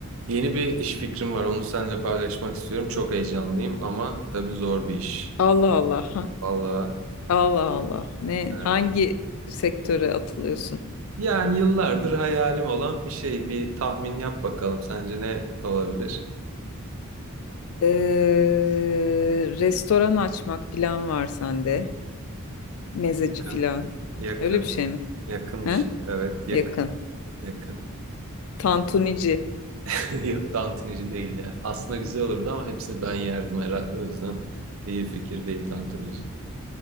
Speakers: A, on the right; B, on the left.
A: Yeni bir iş fikrim var. Onu seninle paylaşmak istiyorum. Çok heyecanlıyım ama tabii zor bir iş.
B: Allah Allah. ha-
A: Vallahi
B: Allah Allah. Ne
A: evet.
B: hangi sektöre atılıyorsun?
A: Yani yıllardır hayalim olan bir şey. Bir tahmin yap bakalım. Sence ne olabilir?
B: Ee, restoran açmak falan var sende. Mezeci
A: Yakın.
B: falan.
A: Yakın.
B: Öyle bir şey mi?
A: Yakın
B: He?
A: bir şey. Evet, yakın.
B: Yakın.
A: Yakın.
B: Tantunici.
A: <laughs> Yok, tantunici değil ya. Aslında güzel olurdu ama hepsini ben yerdim herhalde. O yüzden iyi fikir değil tantunici.